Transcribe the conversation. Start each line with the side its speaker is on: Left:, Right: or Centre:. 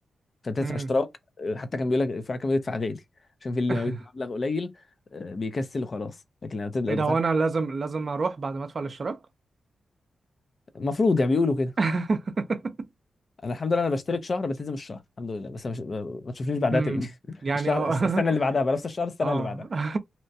Left: فبتدفع
Right: هم.
Left: اشتراك اه، حتى كان بيقول لك في كان بيدفع غالي عشان في اللي
Right: <laughs>
Left: ما بيدفع مبلغ قليل اه، بيكسل وخلاص لكن لو تد- لو
Right: ايه ده
Left: دفعت
Right: هو انا لازم لازم اروح بعد ما ادفع الاشتراك
Left: المفروض يعني بيقولوا كده
Right: <laughs>
Left: انا الحمد لله انا بشترك شهر بلتزم الشهر الحمد لله بس مش... ما تشوفنيش بعدها
Right: امم
Left: تاني <laughs>
Right: يعني
Left: الشهر
Right: اه
Left: السنه اللي بعدها بقى نفس الشهر
Right: <laughs>
Left: السنه
Right: اه
Left: اللي بعدها
Right: <laughs>